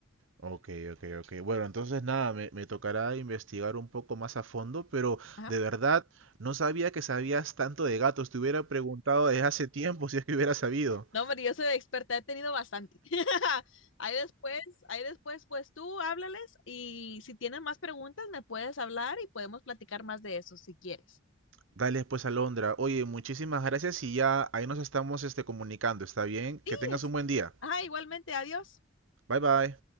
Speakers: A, on the right (about 70°); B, on the left (about 65°).
A: Ok, ok, ok. Bueno, entonces nada, me, me tocará investigar un poco más a fondo, pero
B: ajá
A: de verdad no sabía que sabías tanto de gatos. Te hubiera preguntado desde hace tiempo si es que hubiera sabido.
B: No, hombre, yo soy experta, he tenido bastante. <laughs> Ahí después, ahí después, pues tú háblales y si tienes más preguntas me puedes hablar y podemos platicar más de eso si quieres.
A: Dale pues, Alondra. Oye, muchísimas gracias y ya ahí nos estamos este, comunicando. ¿Está bien?
B: Sí,
A: Que tengas
B: es.
A: un buen día.
B: Ah, igualmente, adiós.
A: Bye bye.